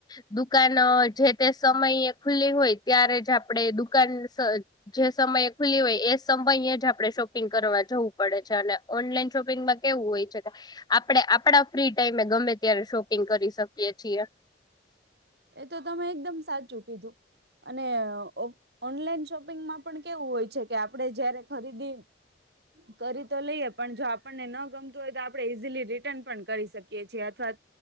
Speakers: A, on the left (about 20°); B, on the right (about 65°).
A: દુકાન જે તે સમયે ખુલ્લી હોય ત્યારે જ આપણેે દુકાન જે સમયે ખુલી હોય એ. સમયે જ આપણે શોપિંગ કરવા જવું પડે છે, અને ઓનલાઈન શોપિંગમાં કેવું હોય છે કે આપણે આપણા ફ્રી ટાઈમે ગમે ત્યારે શોપિંગ કરી શકીએ છીએ.
B: એ તો તમે એકદમ સાચું કીધું. અને ઓનલાઈન શોપિંગમાં પણ કેવું હોય છે કે, આપણેે જયારે ખરીદી કરી તો લઈએ, પણ જો આપણને ન ગમતું હોય, તો આપણે ઈઝીલી રિટર્ન પણ કરી શકીએ છીએ અથવા